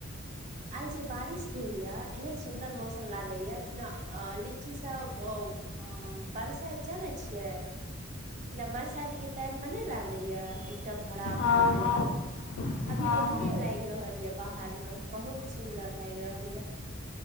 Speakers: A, on the right; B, on the left.
A: आइ जे बारिश भेल यए एहन सुन्दर मौसम लागैएा जेना आ लीची सब। ह बरसायत जाने छियै। ना बरसाात के टाइम मे नहि लागे या एक एकदम हरा
B: हँ
A: भरा बिलकुश
B: हँ
A: अभी
B: हँ
A: ओहिने
B: हँ
A: लागि रहल ये बाहर मे। बहुत सुंदर लागि रहल ये।